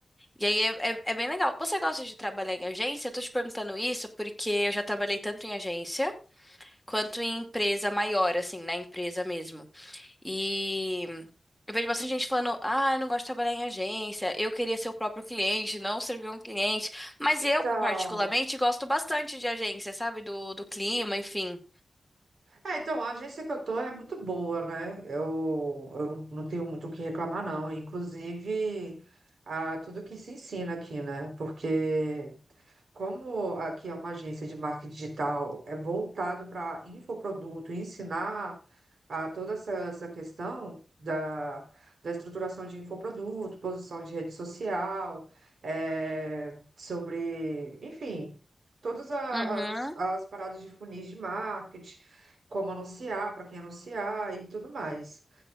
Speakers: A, in the centre; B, on the right (about 85°).
A: E aí é, é, é bem legal. Você gosta de trabalhar em agência? Eu tô te perguntando isso porque eu já trabalhei tanto em agência quanto em empresa maior, assim, na empresa mesmo. E eu vejo bastante gente falando, ah, eu não gosto de trabalhar em agência, eu queria ser o próprio cliente, não servir um cliente. Mas
B: Então,
A: eu, particularmente, gosto bastante de agência, sabe? Do, do clima, enfim.
B: é, então, a agência que eu tô é muito boa, né? Eu, eu não, não tenho muito o que reclamar, não. Inclusive, a, tudo que se ensina aqui, né? Porque Como aqui é uma agência de marketing digital, é voltado para infoproduto, ensinar a toda essa, essa questão da, da estruturação de infoproduto, posição de rede social, é sobre, enfim, todas a-
A: Uhum.
B: as, as paradas de funis de marketing, como anunciar, para quem anunciar e tudo mais.